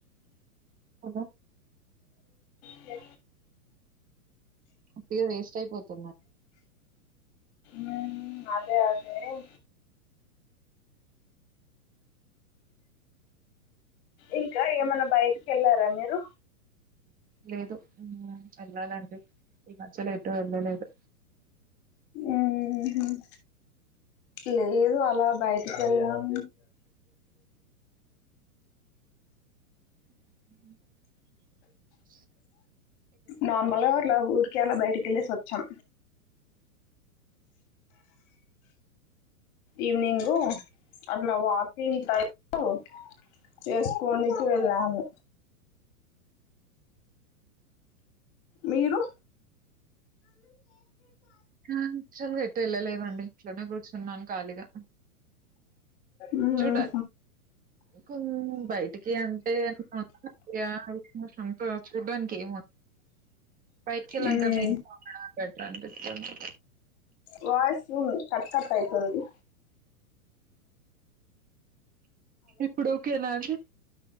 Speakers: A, on the right; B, on the left.
A: అదా
B: కే
A: పోయ్ వేస్ట్ అయిపో తిన్న
B: మ్మ్ అదే ఆచారం ఇంకా ఏమన్నా బయటకి ఎళ్లారా మీరు
A: లేదు హ్మ్మ్ వెళ్ళాలండి ఈ మధ్యల ఎటు ఎళ్ళలేదు.
B: హ్మ్మ్ లేదు అలా బయ వెళ్ళాం
A: అ
B: నార్మల్ గా అట్లా ఊరికే అలా బయటకెళ్లేసి వస్ చెం ఈవినింగ్ అట్లా వాకింగ్ టైపూ చేసుకోనికి వెళ్ళాము. మీరు
A: హ్మ్మ్ <unintelligible> ఎటు ఎళ్ళలేదండి ఇంట్లోనే కూర్చున్నాను ఖాళీగా
B: మ్మ్
A: చూడాలి కొ బయటికి అంటే ఇగ ఆల్మోస్ట్ అన్ చూడ్డానికి ఏం బయటికి వెళ్ళాం
B: మ్మ్
A: కదా బెటర్ అనిపిస్తుంది
B: వాయిసు కట్ కట్ ఐపోయింది
A: ఇప్పుడు ఓకేనా అండి